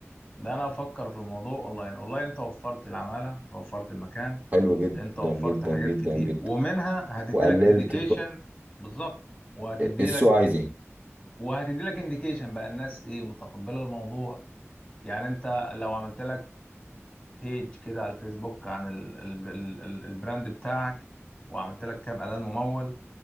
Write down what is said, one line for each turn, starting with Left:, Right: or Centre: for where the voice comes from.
Left: ده انا افكر في الموضوع اونلاين اونلاين انت وفرت العماله انت وفرت المكان
Right: حلو جدا
Left: انت وفرت
Right: جدا
Left: حاجات
Right: جدا
Left: كتير
Right: جدا
Left: ومنها هتدي
Right: وقللت
Left: لك انديكيشن بالظبط وهتدي
Right: السوق
Left: لك
Right: عايز ايه
Left: وهتدي لك انديكيشن بقى الناس ايه متقبله الموضوع يعني انت لو عملت لك بيج كده على الفيسبوك عن ال ال ال ال البراند بتاعك وعملت لك كام اعلان ممول